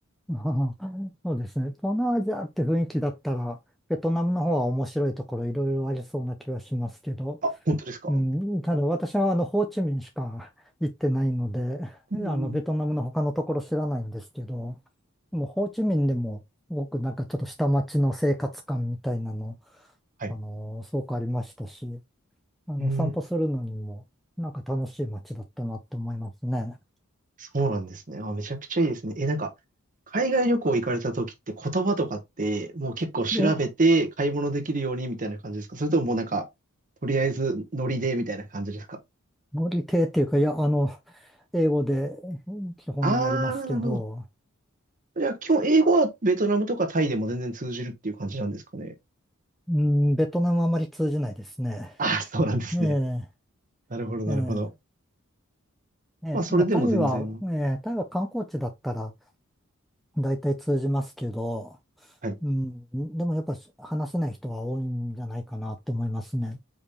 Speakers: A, in the centre; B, on the right.
A: <laughs> あーそうですね。東南アジアって雰囲気だったら、ベトナムの方は面白いところいろいろありそうな気はしますけど、
B: あ、本当ですか
A: うん、ただ私はあのホーチミンしか行ってないので、
B: うん
A: あのベトナムの他のところ知らないんですけど、でもホーチミンでもすごくなんかちょっと下町の生活感みたいなの、
B: はい。
A: あのすごくありましたし、あの散歩するのにもなんか楽しい街だったなって思いますね。
B: うーん、そうなんですね。あ、めちゃくちゃいいですね。え、なんか、海外旅行行かれた時って言葉とかって、もう結構調べて買い物できるようにみたいな感じですかそれとももうなんか、
A: で、
B: とりあえずノリでみたいな感じですか
A: 料理系っていうか、いや、あの、英語でうん基本やりますけど、
B: あー、なるほど。じゃあ、基本英語はベトナムとかタイでも全然通じるっていう感じなんですかね。
A: うん、ベトナムあまり通じないですね。
B: あそうなんですね。
A: ええ
B: なるほど、なるほど。
A: えええーまあ、
B: まあ、それでも全然。
A: タイは、えータイは観光地だったら大体通じますけど、
B: はい。
A: うん、でもやっぱし話せない人は多いんじゃないかなって思いますね。